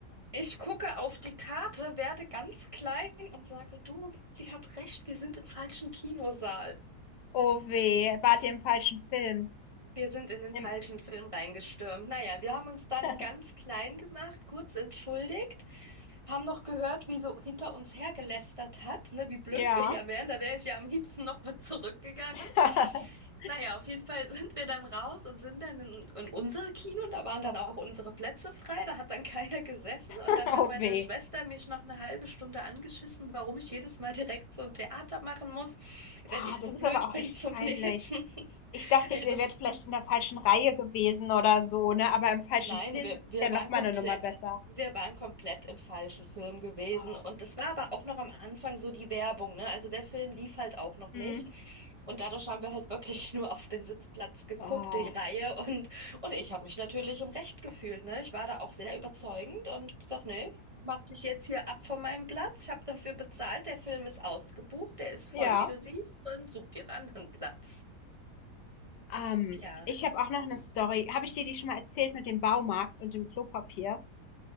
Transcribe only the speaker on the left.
Oh weh. Wart ihr im falschen Film?
Im
<laughs>
ja.
<laughs>
Oh
weh.
ta,
das
ist aber auch
echt
peinlich.
Ich dachte
jetzt,
ihr wärt vielleicht in der falschen Reihe gewesen oder so, ne? Aber im falschen
Film,
das
ist ja
noch mal
eine Nummer besser.
Oh.
Mhm.
Oh.
Ja.
Ähm,
ich habe auch noch eine Story. Habe ich dir die schon mal erzählt mit dem Baumarkt und dem Klopapier?